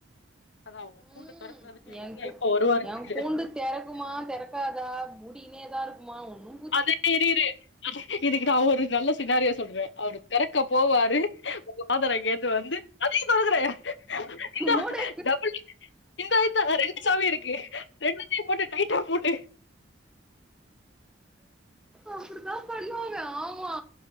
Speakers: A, on the left; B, in the centre.
A: அதா உ கூண்ட
B: ம்
A: தொறக்கறதுக்கு எங்க
B: என்
A: அய்யா
B: கு
A: எப்ப வருவாருன்னு
B: என்
A: தெர்லயே
B: கூண்டு தெறக்குமா தெறக்காதா முடீனே தா இருக்குமா ஒண்ணூ
A: அது தெரிது இதுக்கு நா ஒரு நல்ல செனாரியா சொல்றே அவரு தெறக்க போவாரு உங்க ஃபாதர் அங்கேந்து வந்து அத ஏ தொறக்குற இந்தா
B: மூடு
A: டபுள் இந்தா இந்தா ரெண்டு சாவி இருக்கு ரெண்டுத்தையூ போட்டு டைட்டா பூட்டு
B: ஆப்பிடித் தா பண்ணுவாங்க ஆமா